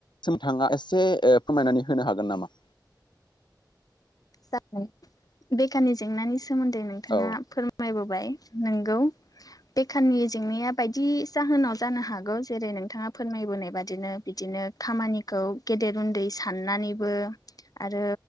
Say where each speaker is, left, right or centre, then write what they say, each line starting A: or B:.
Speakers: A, on the left; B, on the left.
A: सोमथाङा एसे फोरमायनानै होनो हागोन नामा
B: जागोन बेखारनि जेंनानि सोमोन्दै नोंथाङा
A: औ
B: फोरमायबोबाय नोंगौ बेखाराननि जेंनाया बायदि जाहोनाव जानो हागौ जेरै नोंथाङा फोरमायबोनाय बादिनो बिदिनो खामानिखौ गेदेर उन्दै साननानैबो आरो